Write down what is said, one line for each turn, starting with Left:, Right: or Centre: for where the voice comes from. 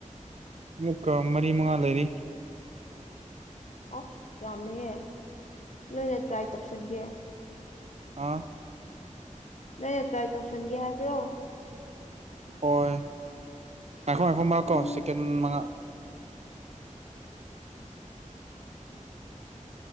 Right: ꯃꯨꯛꯀꯥ ꯃꯔꯤ ꯃꯉꯥ ꯂꯩꯔꯤ
Left: ꯑꯐ ꯌꯥꯝꯃꯦꯍꯦ ꯂꯣꯏꯅ ꯇ꯭ꯔꯥꯏ ꯇꯧꯁꯟꯒꯦ
Right: ꯑꯥ
Left: ꯂꯣꯢꯅ ꯇ꯭ꯔꯥꯢ ꯇꯧꯁꯟꯒꯦ ꯍꯥꯏꯕ꯭ꯔꯣ
Right: ꯍꯣꯏ ꯉꯥꯢꯈꯣ ꯉꯥꯢꯈꯣ ꯉꯥꯛꯀꯣ
Left: ꯎꯝ
Right: ꯁꯦꯀꯦꯟ ꯃꯉꯥ